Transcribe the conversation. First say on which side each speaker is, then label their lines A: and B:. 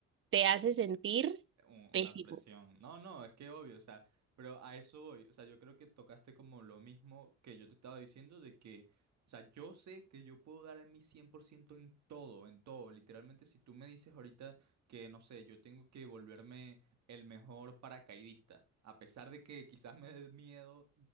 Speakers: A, on the right (about 40°); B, on the right (about 65°).
A: te hace sentir
B: un-
A: pésimo.
B: una presión. No, no, es que obvio, o sea, pero a eso voy. O sea, yo creo que tocaste como lo mismo que yo te estaba diciendo de que, o sea, yo sé que yo puedo dar en mi 100% en todo, en todo. Literalmente, si tú me dices ahorita que, no sé, yo tengo que volverme el mejor paracaidista, a pesar de que quizás me dé miedo